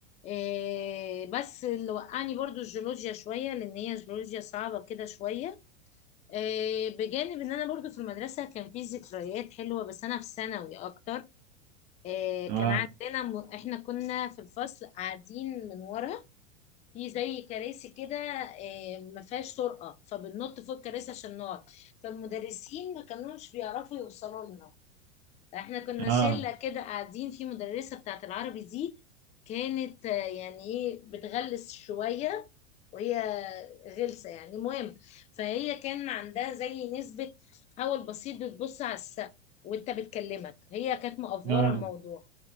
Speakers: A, on the left; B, on the right.
A: إيه بس اللي وقعني برضو الجيولوجيا شويه لان هي جيولوجيا صعبه كده شويه إيه بجانب ان انا برضو في المدرسه كان في ذكريات حلوه بس انا في ثانوي اكتر إيه
B: اه
A: كان عندنا م... احنا كنا في الفصل قاعدين من ورا في زي كراسي كده آه، ما فيهاش طرقه فبننط فوق الكراسي عشان نقعد فالمدرسين ما كانوش بيعرفوا يوصلوا لنا احنا كنا
B: اه
A: شله كده قاعدين في مدرسه بتاعت العربي دي كانت آه، يعني ايه بتغلس شويه وهي غلسه يعني المهم فهي كان عندها زي نسبه حول بسيط بتبص على السقف وانت بتكلمك هي كانت مقفوره
B: اه
A: الموضوع